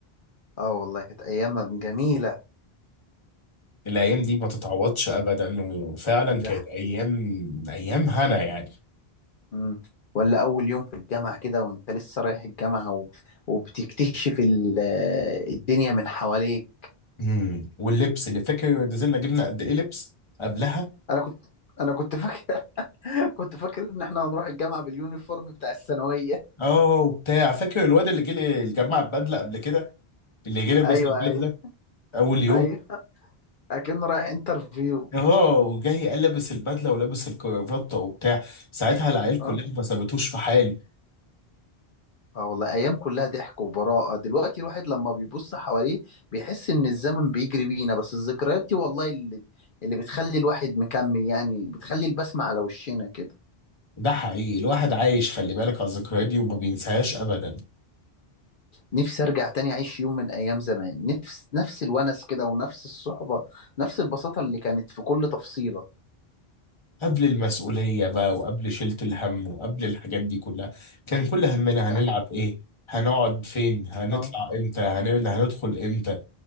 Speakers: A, on the left; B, on the left.
A: اه والله كانت ايام جميله
B: الايام دي ما تتعوضش ابدا وفعلا
A: ده
B: كانت ايام ايام هنا يعني
A: مم. ولا أول يوم في الجامعة كده وأنت لسه رايح الجامعة و... وبتكتشف ال... الدنيا من حواليك
B: امم واللبس اللي فاكر نزلنا جبنا قد ايه لبس قبلها
A: أنا كنت أنا كنت فاكر <laughs> كنت فاكر إن إحنا هنروح الجامعة باليونيفورم بتاع الثانوية
B: اه وبتاع فاكر الواد اللي جه جمع بدله قبل كده اللي جه
A: <laughs>
B: لابس
A: أيوه
B: البدله
A: أيوه
B: اول يوم
A: أيوه أكنه رايح انترفيو
B: اه وجاي قال لابس البدله ولابس الكرافته وبتاع ساعتها العيال
A: أه
B: كلها ما سابتوش في حالي
A: آه والله أيام كلها ضحك وبراءة دلوقتي الواحد لما بيبص حواليه بيحس إن الزمن بيجري بينا بس الذكريات دي والله اللي اللي بتخلي الواحد مكمل يعني بتخلي البسمة على وشنا كده
B: ده حقيقي الواحد عايش خلي بالك على الذكريات دي وما بينساهاش ابدا
A: نفسي ارجع تاني اعيش يوم من ايام زمان نفس نفس الونس كده ونفس الصحبه نفس البساطه اللي كانت في كل تفصيله
B: قبل المسؤولية بقى وقبل شيلة الهم وقبل الحاجات دي كلها كان كل همنا
A: ده
B: هنلعب
A: حقيقي.
B: ايه هنقعد فين هنطلع
A: اه
B: امتى هن- هندخل امتى